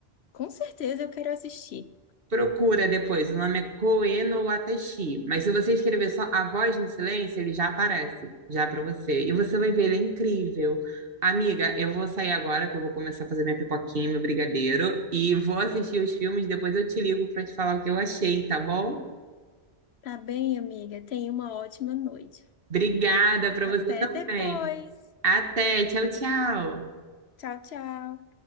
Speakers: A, on the left (about 75°); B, on the right (about 60°).
A: Com certeza eu quero assistir.
B: Procura depois, o nome é Koe no Watashi, mas se você escrever só a voz no silêncio, ele já aparece, já para você. E você vai ver, ele é incrível. Amiga, eu vou sair agora que eu vou começar a fazer minha pipoquinha, meu brigadeiro, e vou assistir os filmes, depois eu te ligo para te falar o que eu achei, tá bom?
A: Tá bem, amiga? Tenha uma ótima noite.
B: Obrigada para
A: Até
B: você também.
A: depois.
B: Até, tchau, tchau.
A: Tchau, tchau.